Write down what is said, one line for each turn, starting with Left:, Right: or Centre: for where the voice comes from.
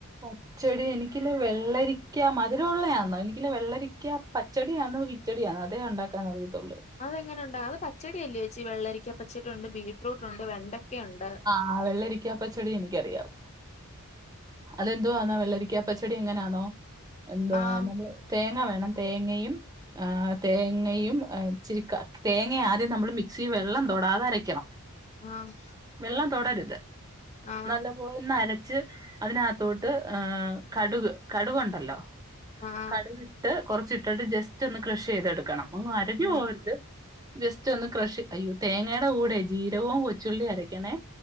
Right: ഓഹ് <inaudible> ച്ചടി എനിക്കില് വെള്ളരിക്ക മധുരമുള്ളയാന്നോ എനിക്കില് വെള്ളരിക്ക പച്ചടിയാന്ന് ച്ചടിയാ അതേ ഉണ്ടാക്കാൻ അറിയത്തുള്ളൂ
Left: അതെങ്ങനെ ഉണ്ടാ അത് പച്ചടിയല്ലേ ചോച്ചി വെള്ളരിക്ക പച്ചടി ഉണ്ട് ബീറ്റ്റൂട്ട് ഉണ്ട് വെണ്ടക്കെണ്ട്
Right: ആ വെള്ളരിക്കാ പച്ചടി എനിക്കറിയാം അതെന്തുവാന്ന ആ വെള്ളരിക്കാ പച്ച ച്ചടി എങ്ങനെയാന്നൊ എന്തുവാ
Left: ആഹ്
Right: നമ്മള് തേങ്ങ വേണം തേങ്ങയും ആ തേങ്ങയും ഇച്ചിരി തേങ്ങ ആദ്യം നമ്മള് മിക്സി വെള്ളം തൊടാതെ അരയ്ക്കണം
Left: ആഹ്
Right: വെള്ളം തൊടരുത്
Left: ആഹ്
Right: നല്ലം ഒന്ന് അരച്ച് അതിനകത്തോട്ട് കടുക് കടുകുണ്ടല്ലോ
Left: ആഹ്
Right: കടുവിട്ട് കൊർച്ചിട്ടിട്ട് ജസ്റ്റ് ഒന്ന് ക്രഷ് ചെയ്തെടുക്കണം അങ്ങും അരഞ്ഞു
Left: ഉം
Right: പോകരുത് ജസ്റ്റ് ഒന്ന് ക്രഷ് അയ്യോ തേങ്ങയുടെ കൂടെ ജീരവും കൊച്ചുള്ളിയും അര ക്കണേ